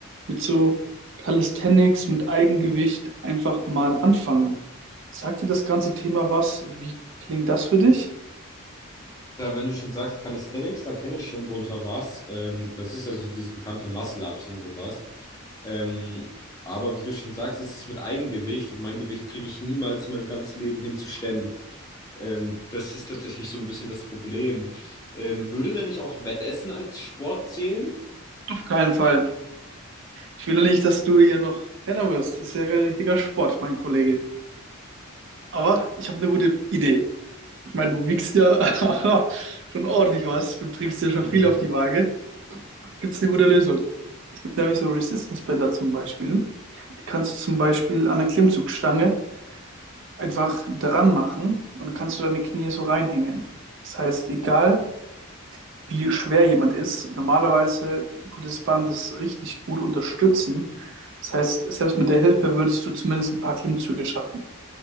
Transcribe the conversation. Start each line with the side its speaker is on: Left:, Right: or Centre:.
Right: mit so Calisthenics, mit Eigengewicht einfach mal anfangen. Sagt dir das ganze Thema was? Wie klingt das für dich?
Left: Ja, wenn du schon sagst Calisthenics, da kenne ich schon drunter was. Ähm, das ist ja so dieses bekannte Muscle-Ups und sowas. Ähm, aber wie du schon sagst, es ist es mit Eigengewicht und mein Gewicht kriege ich niemals in meinem ganzen Leben hinzustemmen. Ähm, das ist tatsächlich so ein bisschen das Problem. Ähm, würde denn nicht auch Wettessen als Sport zählen?
Right: Auf keinen Fall. Ich will ja nicht, dass du hier noch fetter wirst. Das ist ja kein richtiger Sport, mein Kollege. Aber ich habe eine gute Idee. Ich meine, du wiegst ja <laughs> schon ordentlich was. Du bringst ja schon
Left: Hm.
Right: viel auf die Waage. Gibt es eine gute Lösung? Es gibt nämlich so Resistance-Bänder zum Beispiel. Die kannst du zum Beispiel an der Klimmzugstange einfach dran machen und dann kannst du deine Knie so reinhängen. Das heißt, egal wie schwer jemand ist, normalerweise tut das Band das richtig gut unterstützen. Das heißt, selbst mit der Hilfe würdest du zumindest ein paar Klimmzüge schaffen.